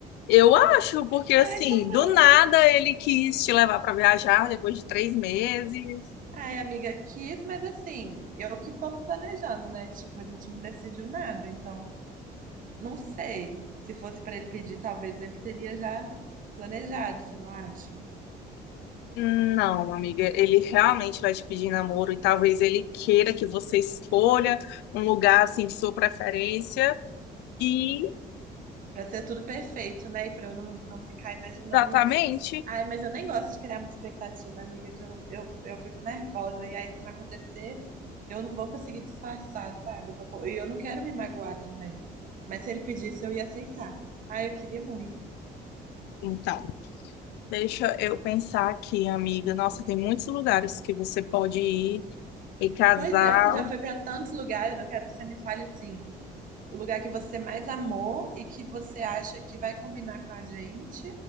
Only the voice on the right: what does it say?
Ai, tomara.
Ai, amiga, quis, mas assim, eu que tô planejando, né? Tipo, a gente não decidiu nada, então. Não sei. Se fosse para ele pedir, talvez ele teria já planejado, se não acha?
Para ser tudo perfeito, né? E para eu não, não ficar imaginando
isso. Ai, mas eu nem gosto de criar muita expectativa, amiga, que eu, eu, eu fico nervosa. E aí, se não acontecer, eu não vou conseguir disfarçar, sabe? Eu tô, co- e eu não quero me magoar também. Mas se ele pedisse, eu ia aceitar. Ai, eu queria muito.
Pois é, você já foi para tantos lugares, eu quero que você me fale assim. o lugar que você mais amou e que você acha que vai combinar com a gente,